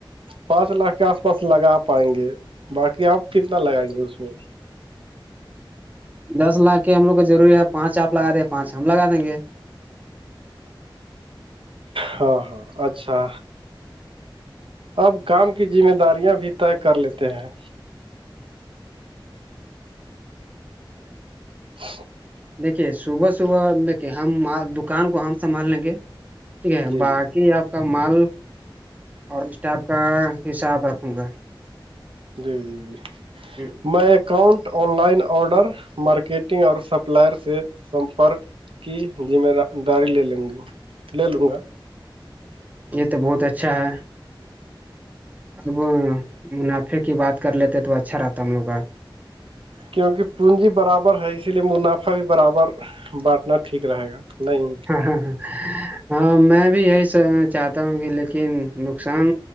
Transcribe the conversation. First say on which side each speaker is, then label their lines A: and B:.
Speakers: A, on the right; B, on the right.
A: پانچ لاکھ کا بس لگا پائیں گے باقی آپ کتنا لگائیں گے اس میں
B: دس لاکھ کے ہم لوگ کو ضروری ہے پانچ آپ لگا دیں پانچ ہم لگا دیں گے
A: ہاں ہاں اچھا اب کام کی ذمہ داریاں بھی طے کر لیتے ہیں <inaudible>
B: دیکھیے صبح صبح دیکھیے ہم دکان کو ہم سنبھال لیں گے ٹھیک ہے
A: جی
B: باق ی آپ کا مال اور اسٹاف کا حساب رکھوں گا
A: جی جی جی
B: جی
A: میں account online order marketing اور سپلائر سے سمپرک کہ جی میںا داڑی لے لوں گی لے لوں گا
B: یہ تو بہت اچھا ہے اب منافع کی بات کر لیتے تو اچھا رہتا ہم لوگ کا
A: کیونکہ پونجی برابر ہے اسی لیے منافع بھی برابر بٹنار ٹھیک رہے گا نہیں
B: ہاں ہاں ہاں ہاں میں بھی یہی س چاہتا ہوں کہ لیکن نقصان